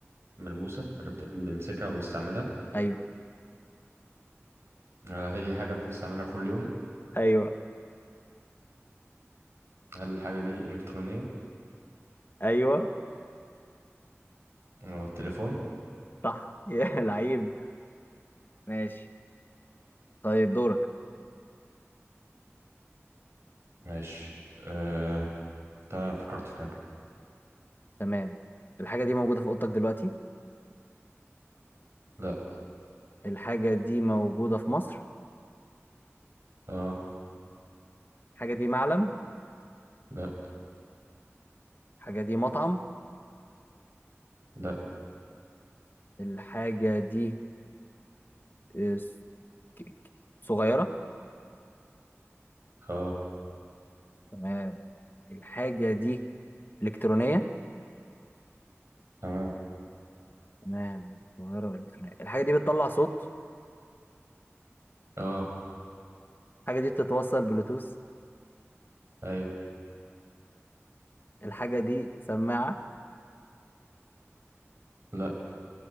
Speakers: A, on the right (about 65°); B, on the left (about 45°).
A: ملموسة هل بت- بنمسكها وبنستعملها
B: أيوه
A: هل هي حاجة بنستعملها كل يوم
B: أيوه
A: هل الحاجة دي إلكترونية
B: أيوه
A: هو التليفون
B: صح <laughs> يا لعيب ماشي طيب دورك
A: ماشي آه. تمام فكرت في حاجة
B: تمام الحاجة دي موجودة في أوضتك دلوقتي
A: لا
B: الحاجة دي موجودة في مصر
A: اه
B: الحاجة دي معلم
A: لا
B: الحاجة دي مطعم
A: لا
B: الحاجة دي آه، س- ك- ك- صغيرة
A: اه
B: تمام الحاجة دي إلكترونية
A: تمام
B: تمام صغيرة وإلكترونية الحاجة دي بتطلع صوت
A: اه
B: الحاجة دي بتتوصل بلوتوث
A: ايوه
B: الحاجة دي سماعة
A: لا